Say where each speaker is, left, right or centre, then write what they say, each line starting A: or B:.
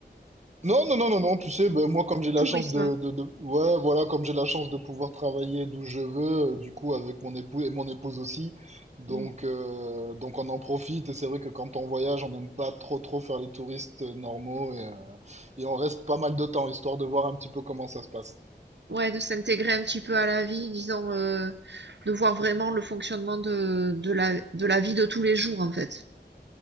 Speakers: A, on the right; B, on the right.
A: Non, non, non, non, non, tu sais, ben, moi, comme j'ai la
B: Tourisme.
A: chance de, de, de- ouais, voilà, comme j'ai la chance de pouvoir travailler d'où je veux, euh, du coup, avec mon époux et mon épouse aussi. Donc,
B: Mm.
A: euh, donc on en profite. Et c'est vrai que quand on voyage, on n'aime pas trop, trop faire les touristes euh, normaux et, euh, et on reste pas mal de temps, histoire de voir un petit peu comment ça se passe.
B: Ouais, de s'intégrer un petit peu à la vie, disons, euh, de voir vraiment le fonctionnement de, de la, de la vie de tous les jours, en fait.